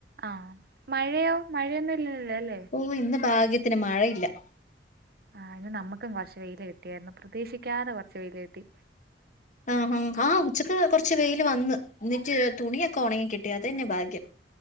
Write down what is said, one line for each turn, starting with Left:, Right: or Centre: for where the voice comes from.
Right: ആ മഴയോ മഴയൊന്നും ഇല്ലന്നില്ലോ അല്ലേ
Left: ഓയ് ഇന്ന് ഭാഗ്യത്തിന് മഴയില്ല ഒ
Right: ആ ഇന്ന് നമ്മുക്കും കുറച്ച് വെയിൽ കിട്ടിയായിരുന്നു പ്രതീക്ഷിക്കാതെ കുറച്ച് വെയിൽ കിട്ടി
Left: ആഹ് അ ആ ഉച്ചക്ക് കുറച്ച് വെയിൽ വന്ന് എന്നിട്ട് തുണിയൊക്കെ ഉണങ്ങി കിട്ടി അത തന്നെ ഭാഗ്യം